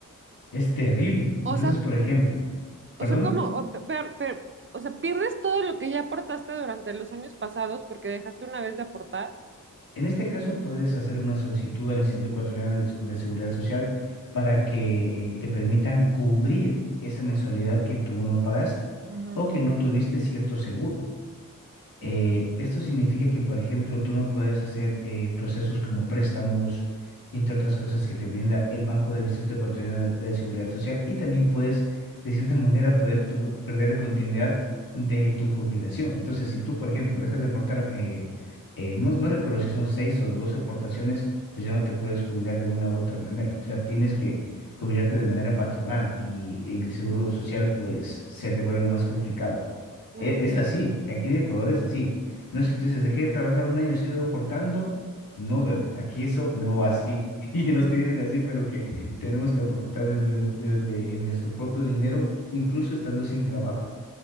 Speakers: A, on the left; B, on the right.
A: Es terrible.
B: O
A: Entonces,
B: sea,
A: por ejemplo, ¿perdona?
B: o sea, como, o, pe- pe- pe- o sea, pierdes todo lo que ya aportaste durante los años pasados porque dejaste una vez de aportar.
A: En este caso, puedes hacer una solicitud al Instituto Ecuatoriano de de Seguridad Social para que eh, te permitan cubrir esa mensualidad que tú no pagaste
B: Ujú,
A: o que no tuviste cierto seguro. Eh,
B: ujú.
A: esto significa que, por ejemplo, tú no puedes hacer eh, procesos como préstamos y entre otras cosas que te brinda el Banco del Instituto Ecuatoriano de, de Seguridad Social y también puedes, de cierta manera, poder tu co- perder la continuidad de tu jubilación. Entonces, si tú, por ejemplo, dejas de aportar, eh, eh, no, no recuerdo si son seis o dos aportaciones, pues ya no te puedes jubilar de una u otra manera. O sea, tienes que jubilarte de manera patronal y el seguro social, pues, se te vuelve más complicado.
B: Mm.
A: E- Es así, aquí en Ecuador es así. No es que tú dices, dejé de trabajar un año, sigo aportando. No, bebé, aquí eso no va así. <laughs> Y nos tienen así, pero que tenemos que aportar desde, desde- en nuestro propio dinero, incluso estando sin trabajo.